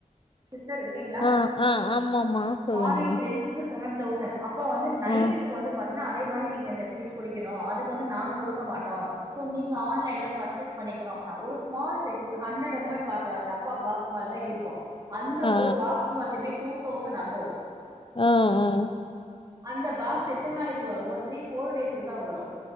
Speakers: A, on the right; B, on the left.
A: சிஸ்டர் இருக்கீங்ளா
B: ஆ, ஆ. ஆமாமா. சொல்லுங்க.
A: மார்னிங் ட்ரிங்க்கு செவன் தௌசண்ட் அப்ப வந்து நைட்டுக்கு
B: ஆ.
A: வந்து பாத் தீங்னா அதே மாரி நீங்க இந்த ட்ரிங்க் குடிக்கணு அதுக்கு வந்து நாங்க குடுக்க மாட்டோ சோ நீங்க ஆன்லைன்ல பர்ச்சேஸ் பண்ணிக்கணு அப்னா ஒரு ஸ்மால் சைஸ் ஒரு ஹண்ட்ரட் எம் எல் பாட்ட டப்பா பாக்ஸ் மார்தா இருக்கோ அந்த
B: ஆ.
A: ஒரு பாக்ஸ் மட்டுமே டூ தௌசண் அபோ
B: ஆ ஆ
A: அந்த பாக்ஸ் எத்தன் நாளைக்கி வரோ ஒரு த்ரீ ஃபோர் டேஸ்கக்கு தா வரு